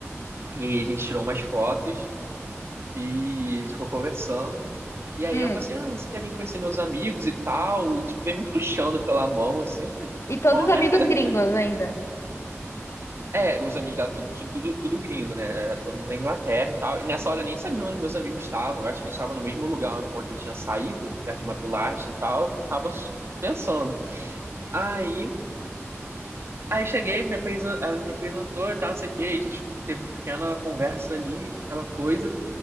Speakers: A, on the right (about 55°); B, on the left (about 65°).
A: E a gente tirou umas fotos e a gente ficou conversando. E aí
B: Hum.
A: ela falou assim: Ah, você quer vir conhecer meus amigos e tal? E tipo, vem me puxando pela mão, assim. Eu falei,
B: E
A: Bom,
B: todos os
A: né?
B: amigos
A: <laughs>
B: gringos ainda.
A: É, os amigos dela, tudo, tudo, tudo gringo, né? Todo mundo da Inglaterra e tal. E nessa hora eu nem sabia onde meus amigos estavam. Eu acho que eles estavam no mesmo lugar onde eu tinha saído, perto de uma pilastra e tal. Tava pensando. Aí, aí cheguei, me apresen- ela me apresentou e tal, não sei o quê. A gente teve uma pequena conversa ali, aquela coisa.